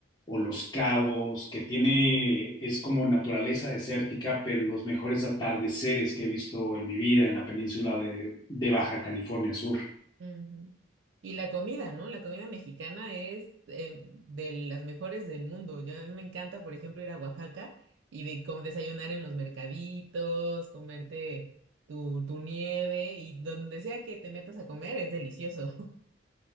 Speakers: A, on the left; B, on the right.
A: o Los Cabos, que tiene, es como naturaleza desértica, pero los mejores atardeceres que he visto en mi vida en la península de, de Baja California Sur.
B: Ujú. Y la comida, ¿no? La comida mexicana es eh, de las mejores del mundo. Yo, a mí me encanta, por ejemplo, ir a Oaxaca y de, como desayunar en los mercaditos, comerte tu, tu nieve y donde sea que te metas a comer es delicioso.